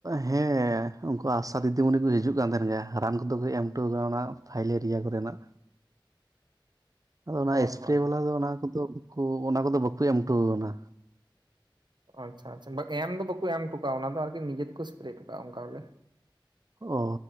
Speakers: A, on the right; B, on the right.
A: ᱦᱮᱸ ᱩᱱᱠᱩ ᱟᱥᱟ ᱫᱤᱫᱤᱢᱩᱱᱤ ᱠᱚ ᱦᱤᱡᱩᱜ ᱠᱟᱱ ᱛᱟᱦᱮᱱ ᱜᱮᱭᱟ ᱨᱟᱱ ᱠᱚᱫᱚ ᱠᱚ ᱮᱢ ᱦᱚᱴᱚᱣ ᱠᱟᱫᱟ ᱚᱱᱟ ᱛᱷᱟᱭᱞᱮᱨᱤᱭᱟ ᱠᱚᱨᱮᱱᱟᱜ᱾ ᱟᱫᱚ ᱚᱱᱟ
B: ᱦᱳᱭ
A: ᱮᱥᱯᱨᱮ
B: ᱦᱳᱭ
A: ᱵᱟᱞᱟ ᱫᱚ ᱚᱱᱟ ᱠᱚᱫᱚ ᱠᱚ ᱚᱱᱟ ᱠᱚᱫᱚ ᱵᱟᱠᱚ ᱮᱢ ᱦᱚᱴᱚᱣ ᱟᱱᱟ
B: ᱟᱪᱪᱷᱟ ᱟᱪᱪᱷᱟ ᱮᱢ ᱫᱚ ᱵᱟᱠᱚ ᱮᱢ ᱦᱚᱴᱚ ᱠᱟᱜ-ᱟ ᱚᱱᱟ ᱫᱚ ᱟᱨᱠᱤ ᱱᱤᱡᱮ ᱛᱮᱠᱚ ᱮᱥᱯᱨᱮ ᱦᱚᱴᱚ ᱠᱟᱜ-ᱟ ᱚᱱᱠᱟ ᱵᱚᱞᱮ᱾
A: ᱚ